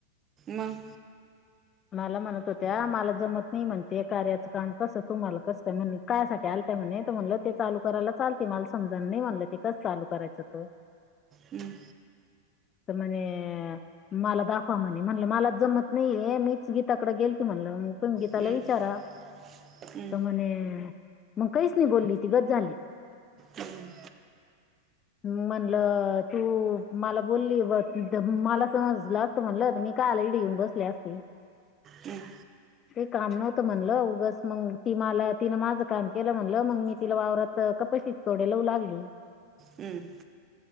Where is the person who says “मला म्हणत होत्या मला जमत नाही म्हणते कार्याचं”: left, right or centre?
Left